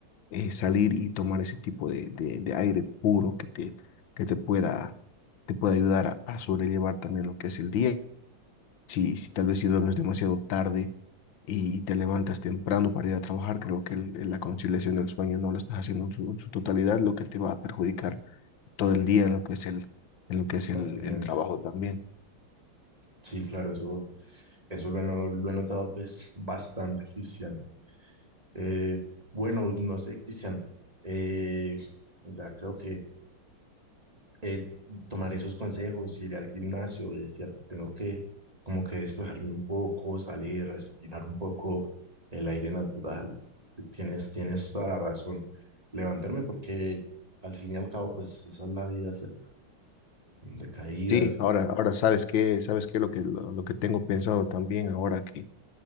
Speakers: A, on the left; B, on the right.
A: eh, salir y tomar ese tipo de, de- de aire puro que te, que te pueda, te pueda ayudar a, a sobrellevar también lo que es el día. Si, si tal vez si duermes demasiado tarde y, y te levantas temprano para ir a trabajar, creo que el- la conciliación del sueño no lo estás haciendo en su, en su totalidad, lo que te va a perjudicar todo
B: Claro,
A: el día
B: claro.
A: en lo que es el, en lo que es
B: Rendimiento.
A: el, el trabajo también.
B: Sí, claro, eso, eso lo he, no- lo he notado pues bastante, Cristian. Eh, bueno, no sé, Cristian, eh, ya creo que eh, tomaré esos consejos, iré al gimnasio, es cierto, tengo que como que despejarme un poco, salir, respirar un poco el aire natural. Tienes, tienes toda la razón. Levantarme porque al fin y al cabo, pues esa es la vida, ¿cierto? De caídas
A: Sí, ahora,
B: y...
A: ahora sabes qué, sabes qué, lo que, lo, lo que tengo pensado también ahora que,